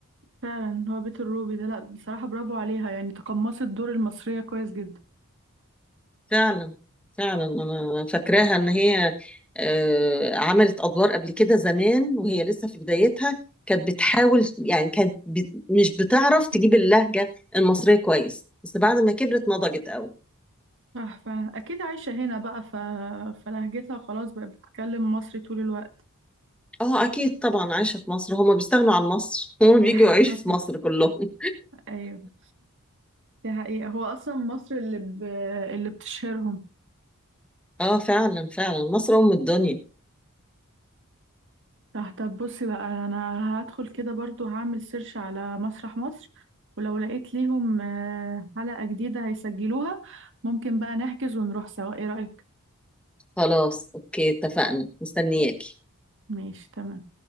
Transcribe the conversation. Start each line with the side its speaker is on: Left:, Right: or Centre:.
Right: فعلا هو بيت الروبي ده لا بصراحة برافو عليها يعني تقمصت دور المصرية كويس جدا
Centre: فعلا فعلا انا فاكراها ان هي آه، عملت ادوار قبل كده زمان وهي لسه في بدايتها كانت بتحاول يعني كانت ب- مش بتعرف تجيب اللهجة المصرية كويس بس بعد ما كبرت نضجت قوي
Right: صح فعلا اكيد عايشة هنا بقى ف... فلهجتها خلاص بقى بتتكلم مصري طول الوقت
Centre: اه اكيد طبعا عايشة في مصر هما بيستغنوا عن مصر <laughs> هما بيجوا
Right: <laughs>
Centre: يعيشوا في مصر كلهم
Right: ايوه دي حقيقة هو اصلا مصر اللي ب... اللي بتشهرهم
Centre: اه فعلا فعلا مصر ام الدنيا
Right: صح طب بصي بقى انا هدخل كده برضو هعمل سيرش على مسرح مصر ولو لقيت ليهم آه، حلقة جديدة هيسجلوها ممكن بقى نحجز ونروح سوا ايه رأيك
Centre: خلاص اوكي اتفقنا مستنياك
Right: ماشي تمام